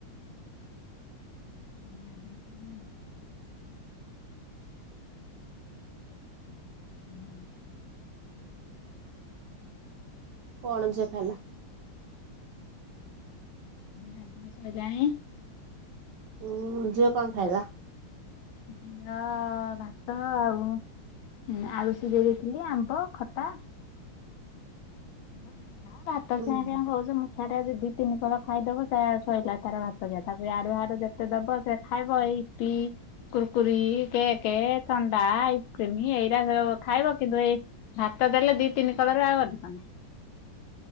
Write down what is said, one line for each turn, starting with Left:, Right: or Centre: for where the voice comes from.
Left: <unintelligible> ହାଲୋ।
Right: କଣ ଝିଅ ଖାଇଲା?
Left: ଏଇ ରାନ୍ଧଣା ସଇଲାଣି।
Right: ଉଁ ଝିଅ କଣ ଖାଇଲା?
Left: ଝିଅ ଭାତ ଆଉ ଆଳୁ ସିଜେଇ ଦେଇଥିଲି ଆମ୍ବ ଖଟା <inaudible> ଭାତ
Right: ଉଁ
Left: <unintelligible> ଖାଉଛନ୍ତି ସେଟା ଯି ଦିତିନି ଥର ଖାଇଦବ ତା ଶୋଇଲା ତାର ଭାତ ଖିଆ ତାକୁ ୟାଡୁ ହ୍ୟାଡୁ ଯେତେ ଦବ ସେ ଖାଇବ ଏଇ ଟି କୁୁରକୁରି, କେକେ, ଥଣ୍ଡା, ଆଇସ୍କ୍ରିମ ଏଇରା ସବୁ ଖାଇବ କିନ୍ତୁ ଏଇ ଭାତ ଦେଲେ ଦି ତିନି କଳରେ ଆଉ ଅଧିକ ନା